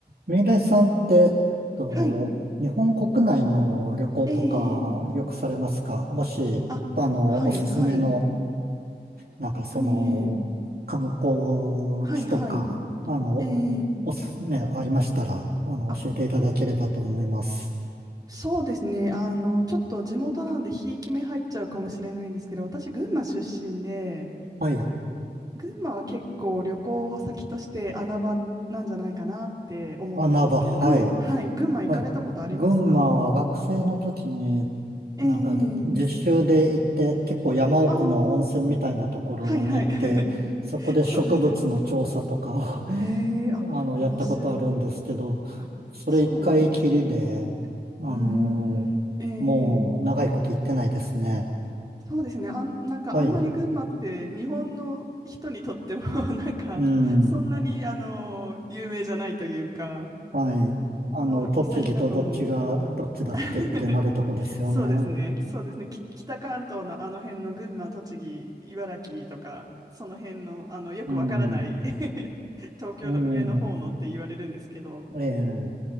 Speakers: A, on the right; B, on the right.
A: ミレイさんって、えっと、
B: はい。
A: 日本国内の旅行とかよくされますかもし、
B: ええええあ、
A: あの、
B: はい、
A: おすすめの、
B: はい。
A: なんかその、
B: ええええ
A: 観光
B: はい、
A: 地とか、
B: はい。
A: あの、
B: ええ
A: おす、ね、ありましたら、あの、
B: あ、
A: 教えていただければと思います。
B: そうですね。あの、ちょっと地元なんで、ひいき目入っちゃうかもしれないんですけど、私、群馬出身で、
A: はい。
B: 群馬は結構旅行先として穴場なんじゃないかなって思ってますけど、
A: 穴場、はい。
B: 群、はい、群馬行かれたことありますか
A: はい。群馬は学生の時に
B: ええ
A: なんか、実習で行って、結構山奥の温泉みたいなところに行って、
B: ああー、はいはい。<laughs>
A: そこで植物の調査とか
B: そうですよね。へえ、あ、
A: を <laughs> あの、
B: 面白い。
A: やったことあるんですけど、
B: あ、
A: それ一回きりで、
B: そうなんですね。
A: あのーもう長いこと行ってないですね。
B: うーん、ええそうですね。あん、なんかあんまり群馬って日本の人にとっても
A: はい。
B: <laughs> なんかそんなにあの有名じゃないというか
A: うん。はい。あの、
B: の行き先だと思うんですけど。
A: 栃木とどっちが、どっちだっけってなるとこですよね。
B: <laughs> そうですね。そうですね。き北関東のあの辺の群馬、栃木、茨城とかその辺のあのよくわからない
A: うん。
B: <laughs> 東京の上の方のって言われるんですけど、
A: ええええ